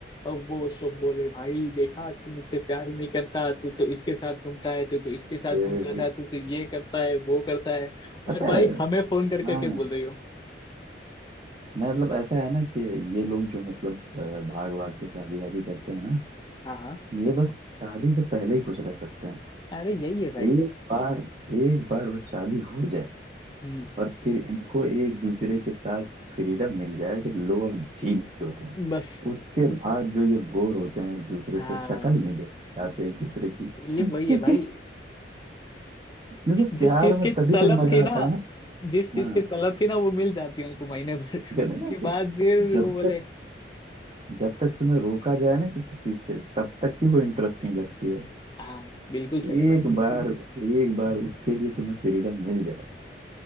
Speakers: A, on the left; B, on the right.
A: अब वो उसको बोले भाई देखा तू मुझसे प्यार ही नहीं करता तू तो इसके साथ घूमता है तू तो इसके साथ
B: ये
A: घूमता था तू तो ये करता है वो करता है और
B: पता
A: भाई
B: है
A: हमें फोन करके
B: हाँ
A: के बोल रही हो
B: मैं मतलब ऐसा है ना कि ये लोग जो मतलब अ, भाग भाग के शादी वादी करते हैं ना
A: हाँ हाँ
B: ये बस शादी से पहले ही खुश रह सकते हैं
A: अरे यही है
B: एक बार एक बार बस शादी हो जाए
A: भाई
B: और फिर इनको एक दूसरे के साथ फ्रीडम मिल जाए कि लो अब जी लो तुम
A: बस
B: उसके बाद
A: ब-
B: जो ये बोर होते हैं एक दूसरे
A: हाँ
B: से शक्ल नहीं देख चाहते एक दूसरे की
A: ये
B: क्योंकि
A: वही है भाई
B: क्योंकि
A: जिस
B: प्यार
A: चीज
B: में
A: की
B: तभी
A: तलब
B: तक मजा
A: थी ना
B: आता है ना
A: जिस चीज
B: हाँ
A: की तलब थी ना वो मिल जाती है उनको महीने भर
B: कहते हैं
A: उसके
B: ना कि
A: बाद फिर
B: जब
A: वो बोले
B: तक जब तक तुम्हें रोका जाए ना किसी चीज से तब तक ही वो इंटरेस्टिंग लगती है
A: हाँ बिल्कुल सही है
B: एक
A: भाई
B: बार एक बार उसके लिए तुम्हें फ्रीडम मिल जाए